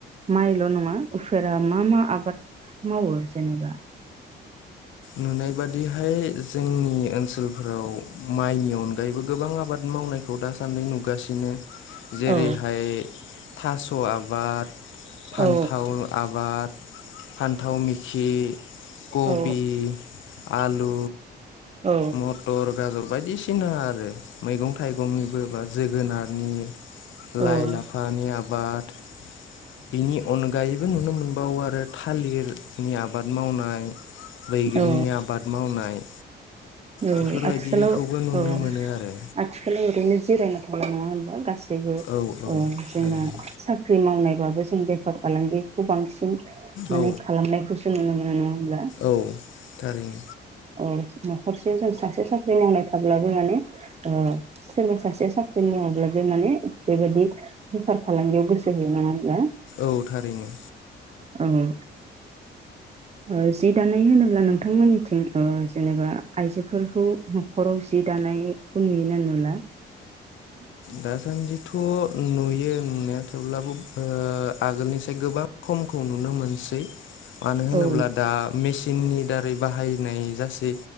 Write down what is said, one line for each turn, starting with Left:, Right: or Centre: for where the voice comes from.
Right: माइल' नङा उफेरा मा मा आबाद मावो जेनेबा?
Left: नुनाय बादिहाय जोंनि ओनसोलफोराव माइनि अनगायैबो गोबां आबाद मावनायखौ दासान्दै नुगासिनो जेरैहाय
Right: औ
Left: थास' आबाद फान्थाव
Right: औ
Left: आबाद फान्थाव मिकि कब
Right: औ
Left: कबि आलु
Right: औ
Left: मटर गाजर बायदिसिना आरो मैगं थाइगंनिबो बा जोगोनारनि
Right: औ
Left: लाइ लाफानि आबाद बिनि अनगायैबो नुनो मोनबावो आरो थालिरनि आबाद मावनाय बैग्रिनि
Right: औ
Left: आबाद मावनाय
Right: औ
Left: बेफोरबायदिखौबो
Right: आथिखालाव
Left: नुनो
Right: औ
Left: मोनो आरो
Right: आथिखालाव ओरैनो जिरायना थाया नङा होमबा गासै <unintelligible> बो
Left: औ
Right: जोंना
Left: थारैनो
Right: साख्रि मावनायबाबो जों बेफार फालांगिखौ बांसिन माने
Left: औ
Right: खालामनाय <unintelligible> स मोनङा होमब्ला
Left: औ थारैनो
Right: औ औ हरसेयाव जों सासे साख्रि मावनाय थाब्लाबो माने ओ सोरबा सासेया साख्रि मावाब्लाबो माने बेबायदि बेफार फालांगियाव गोसो गैया नङा होनब्ला
Left: औ थारैनो
Right: औ <unintelligible> ओ जि दानाय होनोब्ला नोंथांमोननिथिं ओ जेनेबा आइजोफोरखौ हरं सि दानायखौ नुयोना नुला उम <inaudible>
Left: दासान्दिथ' नुयो नुनाया थेवब्लाबो ओ आगोलनिसाय गोबां खमखौ नुनो मोनसै मानो होनोब्ला
Right: औ
Left: दा मेचिननि दारै बाहायनाय जासै